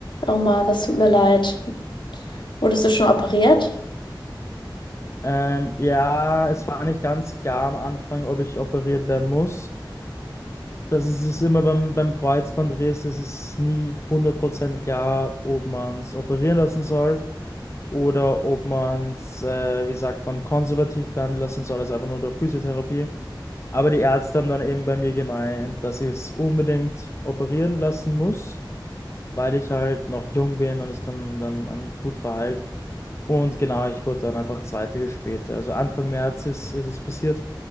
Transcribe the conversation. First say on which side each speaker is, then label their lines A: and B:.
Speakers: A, on the left; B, on the left.
A: oh Mann, das tut mir leid. Wurdest du schon operiert?
B: Ähm, ja, es war nicht ganz klar am Anfang, ob ich operiert werden muss. Das ist es immer beim, beim Kreuzbandriss, ist es nie 100% klar, ob man es operieren lassen soll oder ob man es, äh, wie sagt man, konservativ behandeln lassen soll, also einfach nur durch Physiotherapie. Aber die Ärzte haben dann eben bei mir gemeint, dass ich es unbedingt operieren lassen muss. weil ich halt noch jung bin und es dann, dann an- gut war halt. Und genau, ich wurde dann einfach zwei Tage später, also Anfang März ist, ist es passiert.